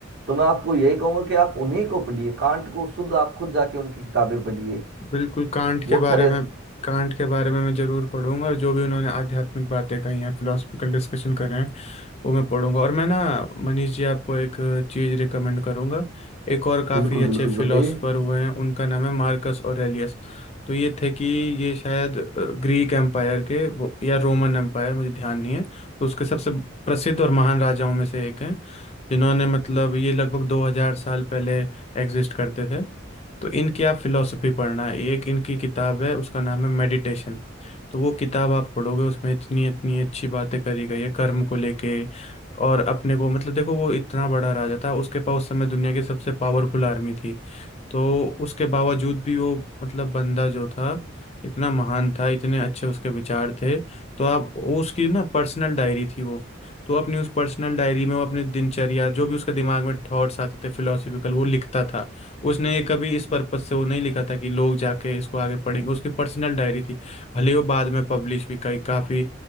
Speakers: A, on the right; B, on the left.
A: तो मैं आपको यही कहूंगा कि आप उन्हीं को पढ़िए कांट को शुद्ध आप खुद जाके उनकी किताबें पढ़िए
B: बिल्कुल कांट
A: बहुत
B: के बारे
A: सारे
B: में
A: अच्छे-
B: कांट के बारे में मैं जरूर पढ़ूंगा और जो भी उन्होंने आध्यात्मिक बातें कही हैं फिलोसफिकल डिस्कशन कर रहे हैं वो मैं पढ़ूंगा और मैं ना मनीष जी आपको एक चीज रिकमेंड करूंगा एक और काफी
A: बिल्कुल
B: अच्छे
A: बिल्कुल
B: फिलोसोफर
A: बताइए
B: हुए हैं उनका नाम है मार्कस ऑरेलियस तो ये थे कि ये शायद अ, ग्रीक एम्पायर के वो या रोमन एम्पायर मुझे ध्यान नहीं है तो उसके सबसे प्रसिद्ध और महान राजाओं में से एक हैं जिन्होंने मतलब ये लगभग 2000 साल पहले एग्जिस्ट करते थे तो इनकी आप फिलोसफी पढ़ना एक इनकी किताब है उसका नाम है मेडिटेशन तो वो किताब आप पढ़ोगे उसमें इतनी इतनी अच्छी बातें करी गई है कर्म को लेके और अपने को मतलब देखो वो इतना बड़ा राजा था उसके पास उस समय दुनिया की सबसे पावरफुल आर्मी थी तो उसके बावजूद भी वो मतलब बंदा जो था इतना महान था इतने अच्छे उसके विचार थे तो आप वो उसकी ना पर्सनल डायरी थी वो तो अपनी उस पर्सनल डायरी में वो अपनी दिनचर्या जो भी उसके दिमाग में थॉट्स आते थे फिलोसफिकल वो लिखता था उसने कभी इस पर्पज से वो नहीं लिखा था कि लोग जाके इसको आगे पढ़ेंगे उसकी पर्सनल डायरी थी भले वो बाद में पब्लिश भी कई काफ़ी